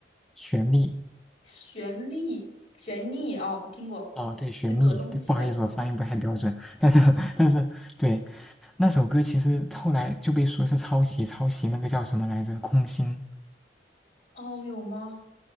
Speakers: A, in the centre; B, on the left.
A: 旋律。
B: 旋律旋律哦，我听过，
A: 哦，对，雪莉，
B: 那葛东琪的是吗？
A: 对，不好意思，我发音不太标准，但是，<laughs> 但是，对，那首歌其实后来就被说是抄袭，抄袭那个叫什么来着，空心，
B: 哦，有吗？